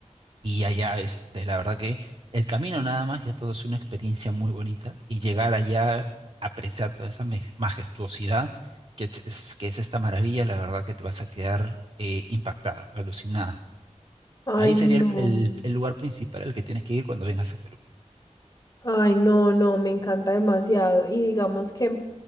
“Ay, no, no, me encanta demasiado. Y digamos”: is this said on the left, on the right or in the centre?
Left